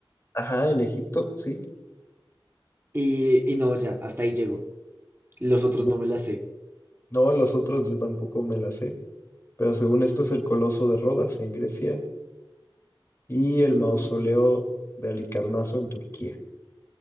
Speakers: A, on the left; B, on the right.
A: Ajá, en Egipto, sí.
B: Y, y no, ya, hasta ahí llego. Los otros
A: Gu-
B: no me las sé.
A: No, los otros yo tampoco me las sé, pero según esto es el Coloso de Rodas en Grecia y el
B: Mm,
A: mausoleo de Halicarnaso en Turquía.